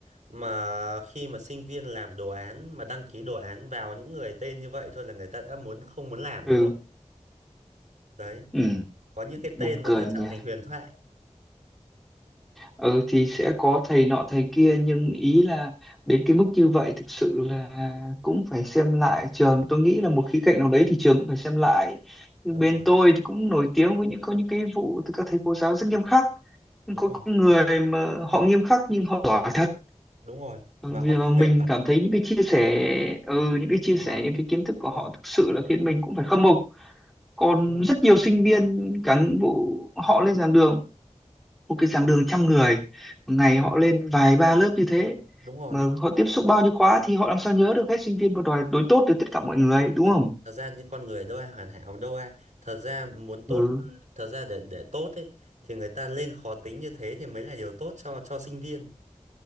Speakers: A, on the right; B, in the centre.
A: mà khi mà sinh viên làm đồ án mà đăng ký đồ án vào những người tên như vậy thôi là người ta đã muốn không muốn làm
B: ừ
A: nữa rồi đấy
B: ừ
A: có những cái
B: buồn
A: tên
B: cười
A: nó đã
B: nhỉ
A: trở thành huyền thoại
B: ừ thì sẽ có thầy nọ thầy kia nhưng ý là đến cái mức như vậy thực sự là cũng phải xem lại trường tôi nghĩ là một khía cạnh nào đấy thì trường cũng phải xem lại nhưng
A: đúng
B: bên
A: rồi
B: tôi thì cũng nổi tiếng với những có những cái vụ từ các thầy cô giáo rất nghiêm khắc nhưng
A: đúng
B: có
A: rồi
B: những người mà họ nghiêm khắc nhưng họ giỏi thật
A: đúng rồi
B: vì
A: và họ yêu
B: mà mình
A: nghệ thuật
B: cảm thấy những cái chia sẻ ừ những cái chia sẻ
A: mà
B: những cái kiến thức của
A: đúng
B: họ
A: rồi
B: thực sự là khiến mình cũng phải khâm phục còn
A: đúng rồi
B: rất nhiều sinh viên cán bộ họ lên giảng đường một cái giảng đường trăm người một ngày họ lên vài ba lớp như thế
A: đúng rồi
B: mà họ tiếp xúc bao nhiêu khóa thì họ làm sao nhớ được hết sinh viên và đòi đối tốt với tất cả mọi người
A: đúng
B: đúng
A: rồi
B: không
A: thật ra những con người đâu ai hoàn hảo đâu ai thật ra muốn tốt
B: ừ
A: thật ra để để tốt ấy thì người ta lên khó tính như thế thì mới là điều tốt cho cho sinh viên